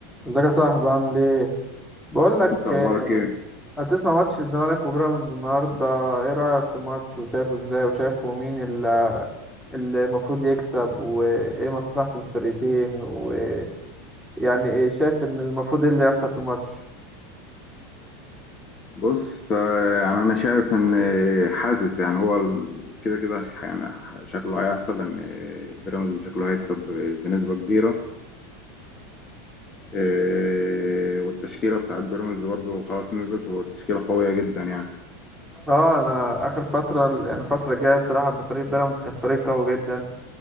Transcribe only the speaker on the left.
انت اخبارك
ايه
بص آه، يعني انا شايف ان حاسس يعني هو ال- كده كده ش- يعني ح- شكله هيحصل ان بيراميدز شكله هيكسب ب- بنسبة كبيرة آه، والتشكيلة بتاعت بيراميدز برضو خلاص نزلت والتشكيلة قوية جدا يعني